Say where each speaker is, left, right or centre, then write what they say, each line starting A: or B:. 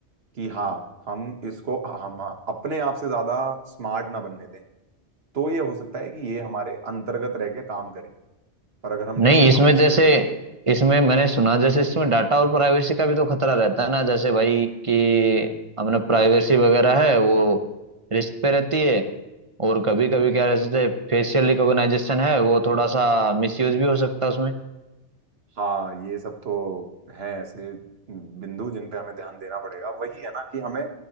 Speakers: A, on the right; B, on the right.
A: कि हाँ हम इसको हम अपने आप से ज्यादा स्मार्ट ना बनने दें तो ये हो सकता है कि ये हमारे अंतर्गत रह के काम करे पर अगर हमने
B: नहीं
A: इसे
B: इसमें
A: हमसे
B: जैसे इसमें मैंने सुना जैसे इसमें डाटा और प्राइवेसी का भी तो खतरा रहता है ना जैसे भाई कि अपना प्राइवेसी वगैरह है वो रिस्क पे रहती है और कभी कभी क्या रहता है फेशियल रिकॉग्नाइजेशन है वो थोड़ा सा मिसयूज भी हो सकता है उसमें
A: हाँ ये सब तो है ऐसे बिंदु जिन पे हमें ध्यान देना पड़ेगा वही है ना कि हमें